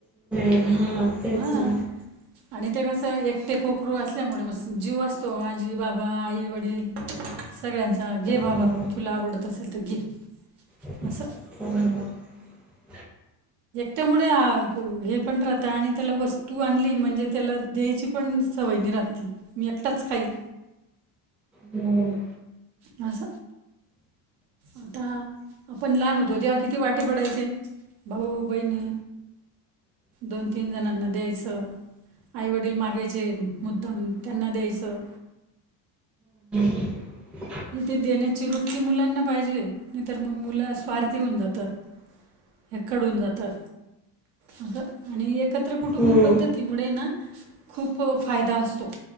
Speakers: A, in the centre; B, on the right.
A: अ हा तेच
B: हां
A: ना
B: आणि ते कोकरु असल्यामुळे म जीव असतो, आजी, बाबा, आई, वडील सगळ्यांचा, घे
A: हो
B: बाबा
A: हो
B: तुला आवडत असेल त घे
A: <unintelligible>
B: असं
A: हा
B: त्यामुळे हे, पण राहत आणि त्याला वस्तू आणली, म्हणजे त्याला द्यायची पण सवय नाही रा मी एकटाच खाईल
A: हम्म.
B: बस आता आपण लहान होतो तेव्हा किती वाटे पडायचे. भाऊ.. ! वाहिनी दोन तीन जणांना द्यायच. आई वडील मागा <inaudible> जे मुद्दाम त्यांना द्यायचं.
A: रीकाम आहे <unintelligible>
B: इथे देण्याची वृत्ती मुलांना पाहिजे. नाही तर मग मुलं स्वार्थी होऊन जातात. <unintelligible> हे कडून जातात. अस आणि एक एकत्र कुटुंब
A: हो
B: पद्धतीमुळे ना खूप फायदा असतो.